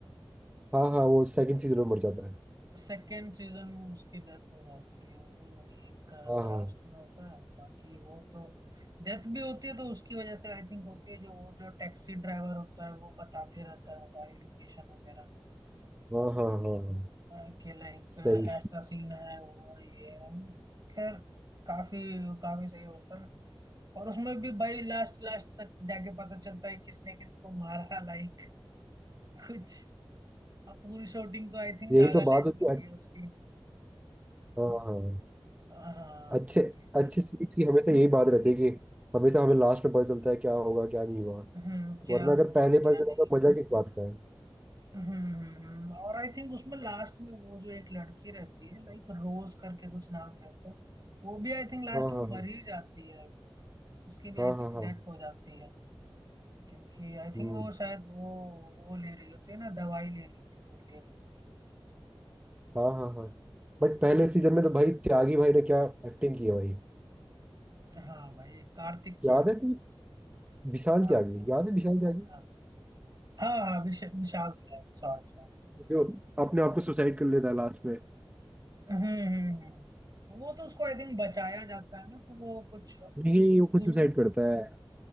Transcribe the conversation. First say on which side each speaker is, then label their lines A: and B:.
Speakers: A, on the right; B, on the right.
A: हाँ हाँ वो सेकंड सीजन में मर जाता है
B: सेकेंड सीजन में उसकी डेथ हो जाती है वही वही एक ख-
A: हाँ
B: खराब
A: हाँ
B: सीन होता है बाकी वो तो डेथ भी होती है तो उसकी वजह से आई थिंक होती है जो वो जो टैक्सी ड्राइवर होता है वो बताते रहता है सारी लोकेशन वगैरह
A: हाँ हाँ हाँ हाँ,
B: अ, कि लाइक
A: सही
B: ऐसा सीन है वो है, ये है तो खैर काफी काफी सही होता है और उसमें भी भाई लास्ट लास्ट तक जाके पता चलता है किसने किसको मारा <laughs> लाइक कुछ अब पूरी शूटिंग तो आई थिंक
A: यही
B: नागालैंड
A: तो बात होती
B: में हुई
A: है
B: है उसकी
A: हाँ हाँ
B: हाँ
A: अच्छे
B: तो वही सीन
A: अच्छे सीरीज की हमेशा यही बात रहती है कि हमेशा हमें लास्ट में पता चलता है क्या होगा क्या नहीं हुआ
B: हम्म क्या
A: वरना
B: होगा
A: अगर पहले
B: क्या
A: पता
B: नहीं
A: चला तो मजा किस बात का है
B: हम्म हम्म, हम्म। और आई थिंक उसमें लास्ट में वो जो एक लड़की रहती है लाइक रोज करके कुछ नाम रहता है वो भी आई थिंक लास्ट
A: हाँ
B: में
A: हाँ
B: मर
A: हाँ
B: ही जाती है आई थिंक उसकी भी
A: हाँ
B: आई
A: हाँ
B: थिंक
A: हाँ
B: डेथ हो जाती है क्योंकि आई
A: हम्म
B: थिंक वो शायद वो वो ले रही होती है ना दवाई ले रही होती है और ले रही होती है अपनी
A: हाँ हाँ हाँ बट पहले सीजन में तो भाई त्यागी भाई ने क्या एक्टिंग की है भाई
B: हाँ भाई कार्तिक त्यागी
A: याद है तुम्हें विशाल
B: हाँ हाँ
A: त्यागी याद है विशाल त्यागी
B: हाँ हाँ हाँ हाँ, विश, विशाल त्यागी सॉरी सॉरी
A: जो अपने आप को सुसाइड कर लेता है लास्ट में
B: हम्म हम्म हम्म, हम्म। वो तो उसको आई थिंक बचाया जाता है ना तो वो कुछ
A: नहीं वो खुद
B: गुरु
A: सुसाइड करता है